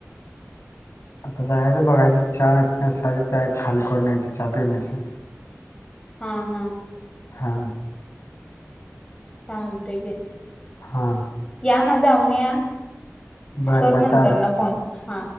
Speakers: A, on the left; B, on the left.
A: आस जायचं बघायचं चहा नसला तर खाल करूनयायचं चहा पिऊन यायचं.
B: हा -हा,
A: हा,
B: चालते की
A: हा,
B: या जाऊन या,
A: बरं
B: करू
A: बर
B: नंतर
A: चालतंय
B: न फोन, हा.